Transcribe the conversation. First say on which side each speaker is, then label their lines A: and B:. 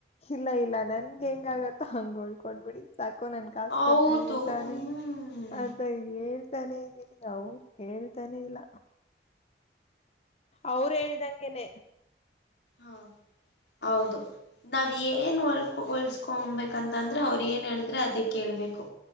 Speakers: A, on the left; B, on the left.
A: ಇಲ್ಲ ಇಲ್ಲ ನನ್ಗೆ ಹೆಂಗ ಆಗತ್ತ ಹಂಗೋಳ್ಕೊಡ್ಬಿಡ ಸಾಕು ನನ್ ಕಾಸ
B: ಹೌದು
A: ಕೊಡ್ತಾ ಇದನಿಂತಾನೆ
B: ಹ್ಮ್
A: ಅಂತ ಇದ ತಾನೇ ಇದ್ದೀನಿ ಅವರು ಕೇಳ್ತಾನೆ ಇಲ್ಲ ಅವರು ಹೇಳ್ದಂಗೆನೆ
B: ಹಾ ಹೌದು ನಾವ್ ಏನ್ ಹೊಲ್ಕೊ ಹೊಲ್ಸ್ಕೊಬೇಕಂತ ಅಂದ್ರೆ ಅವ್ರರು ಏನ್ ಹೇಳಿದ್ರೆ ಅದೇ ಕೇಳ್ಬೇಕು